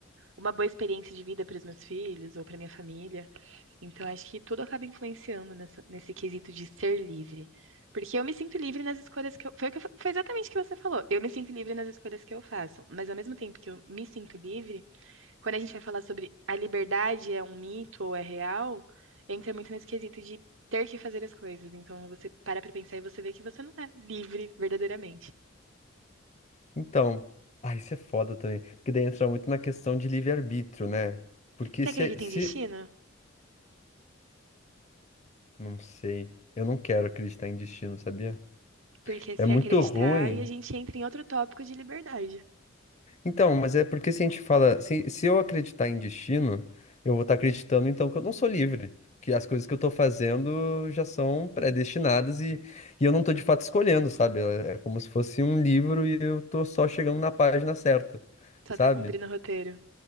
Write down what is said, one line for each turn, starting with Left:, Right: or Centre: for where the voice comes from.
Right: uma boa experiência de vida para os meus filhos ou para minha família. Então, acho que tudo acaba influenciando nessa- nesse quesito de ser livre. Porque eu me sinto livre nas escolhas que eu. Foi, o que eu fa- foi exatamente o que você falou. Eu me sinto livre nas escolhas que eu faço. Mas ao mesmo tempo que eu me sinto livre, quando a gente vai falar sobre a liberdade é um mito ou é real, entra muito nesse quesito de ter que fazer as coisas. Então você para pra pensar e você vê que você não é livre verdadeiramente.
Left: Então, ah, isso é foda também. Porque daí entra muito na questão de livre-arbítrio, né? Porque
Right: Você
Left: se,
Right: acredita
Left: se.
Right: em destino?
Left: Não sei. Eu não quero acreditar em destino, sabia?
Right: Porque
Left: É
Right: se
Left: muito
Right: acreditar,
Left: ruim.
Right: e a gente entra em outro tópico de liberdade.
Left: Então, mas é porque se a gente fala. Se, se eu acreditar em destino, eu vou estar acreditando então que eu não sou livre. Que as coisas que eu tô fazendo já são predestinadas e, e eu não tô de fato escolhendo, sabe? É é como se fosse um livro e eu tô só chegando na página certa,
Right: Só
Left: sabe?
Right: tá cumprindo o roteiro.